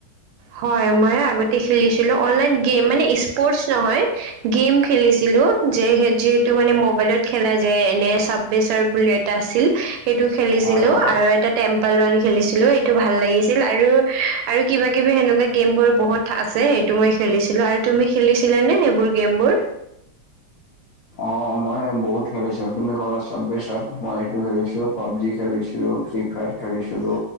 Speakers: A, on the right; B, on the left.
A: হয় মই আগতে খেলিছিলো অনলাইন গেম মানে স্পৰ্টচ নহয় গেম খেলিছিলো যিহেতু মানে মবাইলত খেলা যায় এনো বুলি এটা আছিল সেইটো খেলিছিলো
B: হয়, হয়।
A: আৰু এটা টেম্পল ৰান খেলিছিলো এইটো ভাল লাগিছিল আৰু আৰু কিবা কিবি সেনেকুৱা গেমবোৰ বহুত আছে সেইটো মই খেলিছিলো আৰু তুমি খেলিছিলানে সেইবোৰ গেমবোৰ?
B: অ মই বহুত খেলিছিলো তুমি কলা চাবেই চাব মই সেইটো খেলিছো পাবজি খেলিছিলো, ফ্ৰী ফায়াৰ খেলিছিলো,